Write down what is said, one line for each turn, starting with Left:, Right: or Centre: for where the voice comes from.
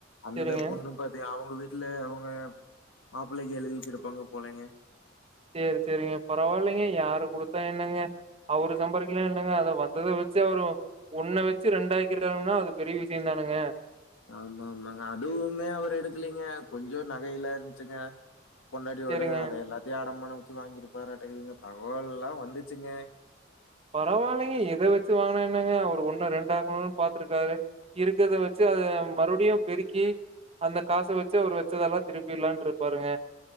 Left: அந்த
Right: சரிங்க.
Left: பொண்ணு பாத்தீங்க அவங்க வீட்டுல அவங்க மாப்பிள்ளைக்கு எழுதி வச்சிருப்பாங்க போளங்க
Right: சேரி சேரிங்க பரவாயில்லங்க யாரு குடுத்தா என்னங்க அவரு சம்பாரிக்கல்லான்னா என்னங்க அத வந்தத வச்சு அவரு ஒன்ன வச்சு ரெண்டா ஆக்கி இருக்காங்கன்னா அது பெரிய விஷய தானங்க
Left: ஆமா ஆமாங்க அதுவுமே அவர் எடுக்கலீங்க கொஞ்ச நகையிலா இருந்துச்சுங்க பொன்னாடி
Right: சேரிங்க
Left: ஓடுது அத எல்லாத்தையு அடம்மான்னம் வச்சு வாங்கியிருப்பார்ட்டக்குதுங்க தகவல் எல்லாம் வந்துச்சுங்க
Right: பரவாயில்லைங்க எத வச்சு வாங்கினா என்னங்க அவரு ஒண்ணு ரெண்டாக்கணும்ன்னனு பாத்துருக்காரு இருக்கத வச்சு அத மறுபடியு பெருக்கி அந்த காச வச்சு அவர் வச்சதெல்லா திருப்பிலான்னு இருப்பாருங்க